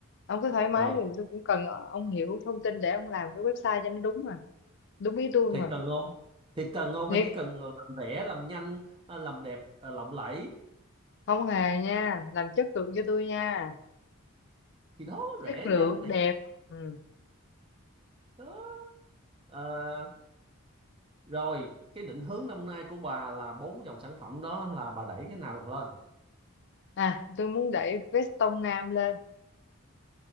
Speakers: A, on the left; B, on the right.
A: ông cứ thoải mái
B: ừ
A: thì tôi cũng cần ông hiểu thông tin để ông làm cái website cho nó đúng mà đúng ý tôi
B: thì
A: mà
B: cần không thì cần không
A: thiệt
B: hay chỉ cần làm rẻ làm nhanh à, làm đẹp à, lộng lẫy
A: không hề nha làm chất lượng cho tôi nha
B: thì đó rẻ
A: chất lượng
B: nhanh đẹp
A: đẹp ừ.
B: đó Ờ, Rồi, cái định hướng năm nay của bà là bốn dòng sản phẩm đó là bà đẩy cái nào lên?
A: à tôi muốn đẩy vest tông nam lên